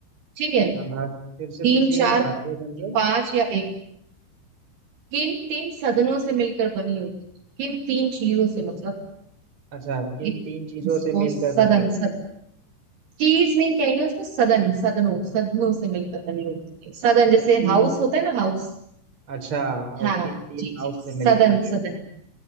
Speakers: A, on the right; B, on the right.
A: ठीक है
B: हाँ भारत फिर
A: तीन
B: से पूछिएगा
A: चार
B: भारतीय संसद
A: पांच या एक किन तीन सदनों से मिलकर बनी होती है किन तीन चीजों से मतलब
B: अच्छा किन
A: एक
B: तीन चीजों
A: उसको
B: से मिलकर
A: सदन
B: बनी होती
A: सद,
B: है
A: चीज नहीं कहेंगे उसको सदन सदनों सदनों से मिलकर बनी होती है सदन
B: अच्छा
A: जैसे
B: किन
A: हाउस होता है ना हाउस
B: अच्छा हाउस
A: हाँ
B: किन तीन
A: जी
B: हाउस
A: जी
B: से
A: सदन
B: मिलकर बनी होती
A: सदन
B: है